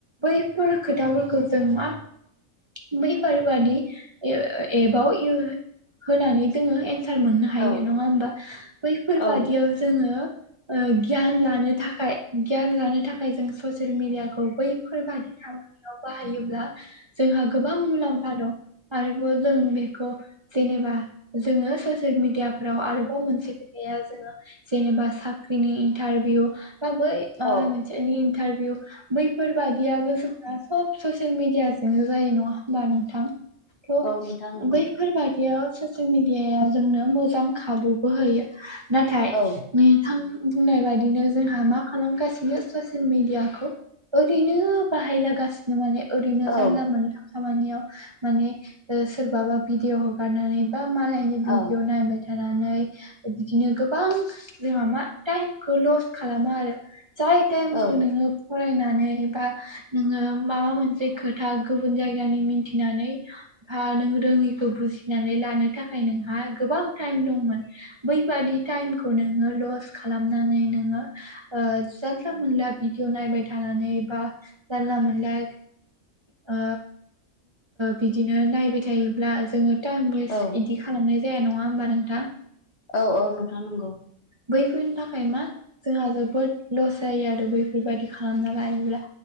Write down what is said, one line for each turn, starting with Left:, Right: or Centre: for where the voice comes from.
Right: बैफोर खोथाफोरखौ जों मा बैफोरबादि एपाव होनानै जोङो एनसार सार मोननो हायो
Left: औ
Right: नङा होमबा बैफोरबादियाव
Left: औ
Right: जोङो गियान लानो थाखाय गियान लानो थाखाय जों ससियेल मिडियाखौ बैफोर बादि खालामाबा बाहायोब्ला जोंहा गोबां मुलाम्फा दं आरोबाव जों बेखौ जेनेबा जोङो ससियेल मिडियाफोराव आरोबाव मोनसे खोथाया जोङो जेनेबा साख्रिनि इन्टारभिउ बाबै मोनसे
Left: औ
Right: इन्टारभिउ बैफोर बादियाबो जोंहा सब ससियेल मिडिया जनो जायो नङा होमबा नोंथां थ'
Left: औ नोंथां नंगौ
Right: बैफोर बादियाव ससियेल मिडियाया जोंनो मोजां खाबुबो होयो नाथाय
Left: औ
Right: नोंथां बुंनाय बायदिनो जोंहा मा खालामगासिनो ससियेल मेडियाखौ ओरैनो बाहायलागासिनो माने ओरैनो
Left: औ
Right: जानला मोनला खामानियाव माने सोरबाबा भिडअ हगारनानै बा मालाय बिनि भिडिअ
Left: औ
Right: नायबाय थानानै बिदिनो गोबां जोंहा मा टाइमखौ लस खालामो आरो जाय ताइम
Left: औ
Right: खौ
Left: औ
Right: नोङो फरायनानै बा नोङो माबा मोनसे खोथ था गुबुन जायगानि मिथिनानै बा नों रोङिखौ बुजि नानै लानो थाखाय नोंहा गोबां ताइम दंमोन बैबादि ताइमखौ खौ नोङो लस खालामनानै नोङो जानला मोनला भिदिअ नायबाय थानानै बा जानला मोनला ओ बिदिनो नायबाय थायोब्ला जोङो टाइम वेस्ट
Left: औ
Right: इदि खालामनाय जाया नङा होमबा नोंथाङा
Left: औ औ नोंथां नंगौ
Right: बैफोरनि थाखाय मा जोंहा जोबोद लस जायो आरो बैफोरबायदि खालामना लायोब्ला